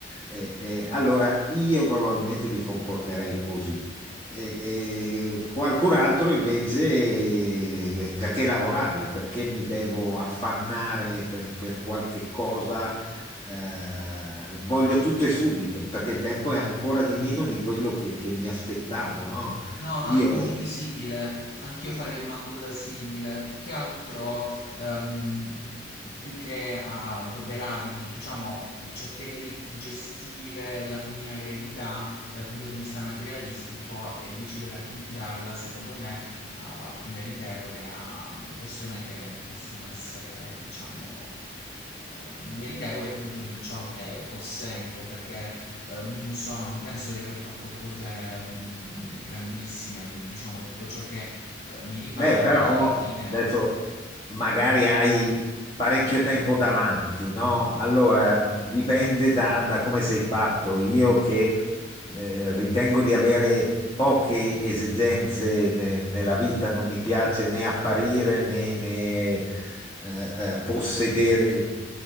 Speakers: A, on the left (about 25°); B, on the left (about 60°).
A: Eh, eh, allora io probabilmente mi comporterei così. Eh, eh, qualcun altro invece, eh, perché lavorare? Perché mi devo affannare per, per qualche cosa? Eh, voglio tutto e subito, perché il tempo è ancora di meno di quello che, che mi aspettavo, no?
B: No, no,
A: Io
B: è condivisibile. Anch'io farei una cosa simile. Più che altro ehm, più che adoperarmi, diciamo, cercherei di gestire la mia eredità dal punto di vista materialistico e decidere a chi darla, secondo me, a più meritevole, a persone che possono essere, diciamo, eh, meritevoli appunto di ciò che possengo, perché eh, non so, non penso di aver fatto cose mm, grandissime, diciamo, tutto ciò che eh, mi rimane
A: Beh, però
B: alla fine.
A: adesso magari hai parecchio tempo davanti, no? Allora dipende da, da come sei fatto. Io che eh, ritengo di avere poche esigenze ne- nella vita, non mi piace né apparire né, né, eh, eh, possedere